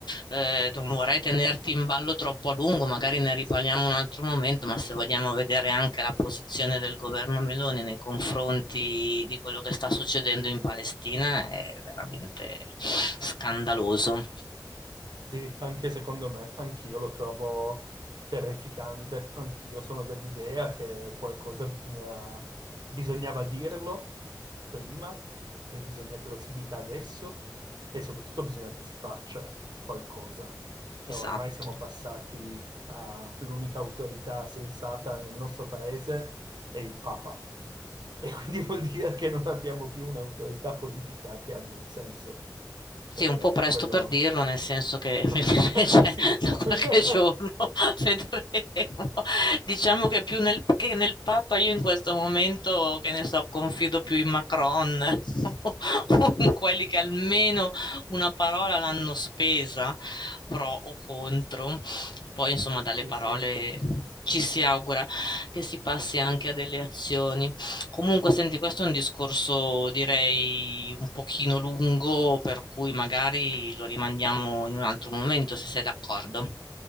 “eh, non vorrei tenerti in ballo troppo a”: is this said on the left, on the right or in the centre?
Left